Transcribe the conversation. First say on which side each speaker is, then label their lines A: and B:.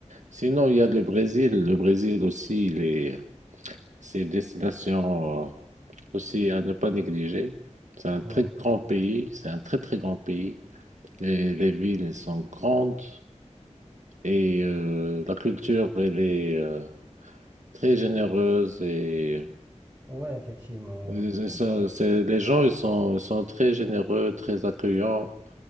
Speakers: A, on the right; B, on the right.
A: Sinon, il y a le Brésil. Le Brésil aussi, il est... c'est une destination euh, aussi à ne pas négliger. C'est un
B: ouais.
A: très grand pays. C'est un très, très grand pays. Et les villes elles sont grandes. Et euh, la culture, elle est euh, très généreuse. Et,
B: Ouais, effectivement, ouais.
A: et ça, c'est- les gens, ils sont, ils sont très généreux, très accueillants.